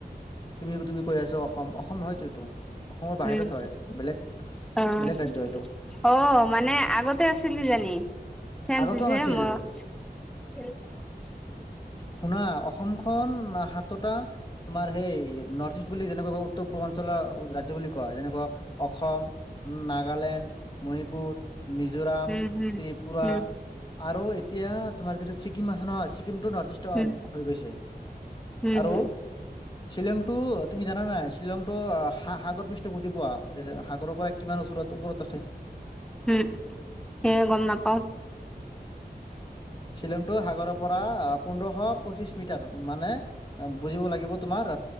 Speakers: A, on the left; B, in the centre.
A: তুমি তুমি কৈ আছ অসম নহয়তো এইতো। অসমৰ বাহিৰত
B: উম
A: হয় বেলেগ
B: অ
A: বেলেগ ৰাজ্য এইটো।
B: অ, মানে আগতে আছিল কিজানি। <unintelligible>
A: আগতেও নাছিল
B: ম।
A: শুনা অসমখন সাতোটা তোমাৰ সেই নৰ্থ-ইষ্ট বুলি যেনেকুৱাকৈ উত্তৰ-পূৰ্বাঞ্চলৰ ৰাজ্য বুলি কয় যেনেকুৱা অসম, নাগালেণ্ড মণিপুৰ, মিজোৰাম,
B: উম হম
A: ত্ৰিপুৰা
B: উম
A: আৰু এতিয়া তোমাৰ য যিটো চি ছিকিম আছে নহয় ছিকিমটো নৰ্থ-ইষ্টৰ
B: উম
A: হৈ গৈছে
B: উম
A: আৰু
B: হম
A: শ্বিলংটো তুমি জানা নাই শ্বিলংটো সা সাগৰ পৃষ্ঠ বুজি পোৱা? <unintelligible> সাগৰৰ পৰা কিমান ওচৰত ওপৰত আছে?
B: উম, সেয়া গম নাপাও।
A: শ্বিলংটো সাগৰৰ পৰা পোন্ধৰশ পচিশ মিটাৰ মানে বুজিব লাগিব তোমাৰ